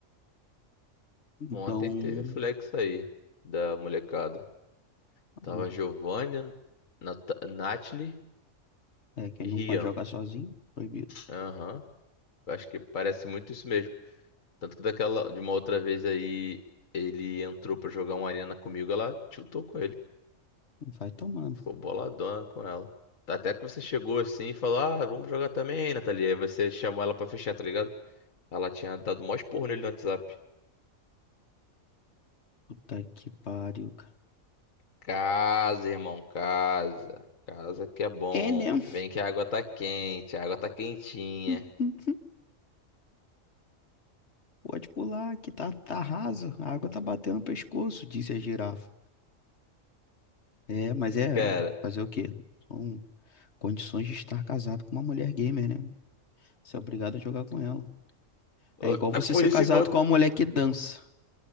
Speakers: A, on the left; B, on the left.
A: Então,
B: Ontem teve a flex aí da molecada.
A: ah,
B: Tava Giovanna, Nat- Nathalie,
A: é que
B: e
A: ele
B: Rian.
A: não pode jogar sozinho, proibido.
B: Aham. Eu Acho que parece muito isso mesmo. Tanto que daquela, de uma outra vez aí, ele entrou pra jogar uma arena comigo, ela tiltou com ele.
A: Vai tomando.
B: Ficou boladona com ela. Até que você chegou assim e falou, ah, vamos jogar também, Nathalie. Aí você chamou ela pra fechar, tá ligado? Ela tinha dado o maior esporro nele no WhatsApp.
A: Puta que pariu, cara.
B: Casa, irmão, casa. Casa que é bom.
A: É, né?
B: Vem que a água tá quente, a água tá quentinha.
A: <laughs> Pode pular, que tá, tá raso. A água tá batendo no pescoço, disse a girafa. É, mas é,
B: Cara,
A: é fazer o quê? São condições de estar casado com uma mulher gamer, né? Você é obrigado a jogar com ela. É
B: ô,
A: igual você
B: é por
A: ser
B: isso
A: casado
B: que eu
A: com uma mulher que dança.